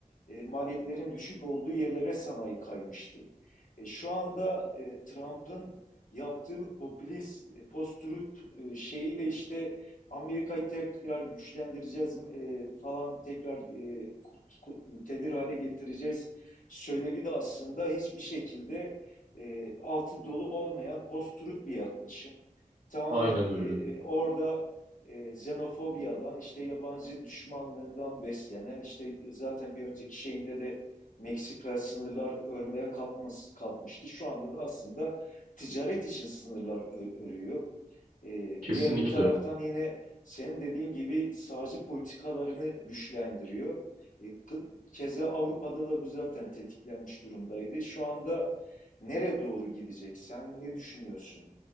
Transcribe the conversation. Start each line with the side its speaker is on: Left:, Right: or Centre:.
Left: e, maliyetlerin düşük olduğu yerlere sanayi kaymıştı. E, şu anda e, Trump'ın yaptığı bu popülist e, post-truth e, şeyiyle işte Amerika'yı tekrar güçlendireceğiz e, falan tekrar e, muktedir hale getireceğiz söylevi de aslında hiçbir şekilde e, altı dolu olmayan post-truth bir yaklaşım. Tamamen
Right: Aynen
Left: e,
Right: öyle.
Left: e, orada e, xenofobiyadan, işte yabancı düşmanlığından beslenen, işte zaten bir önceki şeyinde de Meksika sınırlar örmeye kalkmaz, kalkmıştı. Şu anda da aslında ticaret için sınırlar örüyor. E,
Right: Kesinlikle.
Left: diğer bir taraftan yine senin dediğin gibi sağcı politikalarını güçlendiriyor. E, Keza Avrupa'da da bu zaten tetiklenmiş durumdaydı. Şu anda Nereye doğru gidecek? Sen ne düşünüyorsun?